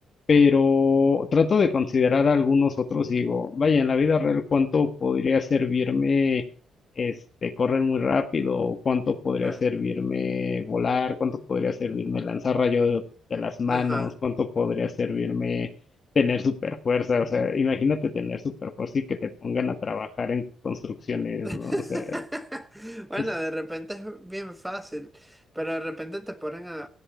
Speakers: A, on the left; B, in the centre.
A: pero trato de considerar algunos otros, digo, vaya, en la vida real, ¿cuánto podría servirme este correr muy rápido? ¿O ¿Cuánto podría
B: claro.
A: servirme volar? ¿Cuánto podría servirme lanzar rayos de las manos?
B: Ajá.
A: ¿Cuánto podría servirme tener super fuerza? O sea, imagínate tener super fuerza y que te pongan a trabajar en construcciones,
B: <laughs>
A: ¿no? O sea,
B: Bueno,
A: es-
B: de repente es bien fácil, pero de repente te ponen a,